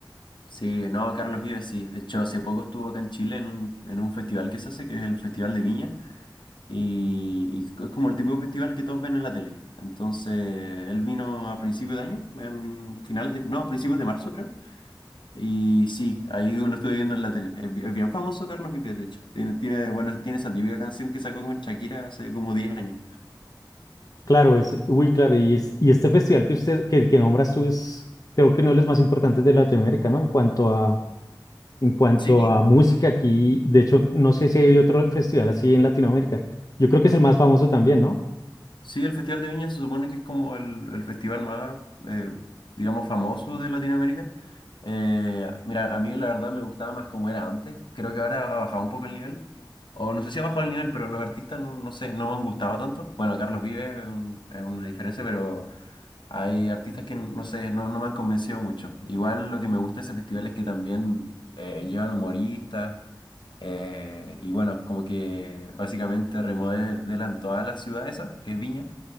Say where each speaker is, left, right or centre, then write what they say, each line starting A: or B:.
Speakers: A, on the left (about 70°); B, on the left (about 45°).
A: Sí, no, Carlos Vives sí. De hecho, hace poco estuvo acá en Chile en un, en un festival que se hace, que es el Festival de Viña. Y, y es como el tipo de festival que todos ven en la tele. Entonces, él vino a principios de año, en finales de, no, principios de marzo creo. Y sí, ahí lo estuve viendo en la tele. Es, bi- es bien famoso Carlos Vives, de hecho. Tiene, tiene, bueno, tiene esa típica canción que sacó con Shakira hace como 10 años.
B: Claro, es, uy, claro, y, es, y este festival que usted, que, que nombras tú es, creo que uno de los más importantes de Latinoamérica, ¿no? En cuanto a, en cuanto
A: Sí,
B: a música aquí, de hecho, no sé si hay otro festival así en Latinoamérica. Yo creo que es el más famoso también, ¿no?
A: Sí, el Festival de Viña se supone que es como el, el festival más, eh, digamos, famoso de Latinoamérica. Eh, mira, a mí la verdad me gustaba más como era antes. Creo que ahora ha bajado un poco el nivel. O no sé si ha bajado el nivel, pero los artistas no, no sé, no me han gustado tanto. Bueno, Carlos Vives es, un- es una diferencia, pero hay artistas que no sé, no, no me han convencido mucho. Igual lo que me gusta de ese festival es que también eh, llevan humoristas. eh, y bueno, como que básicamente remodelan toda la ciudad esa, que es Viña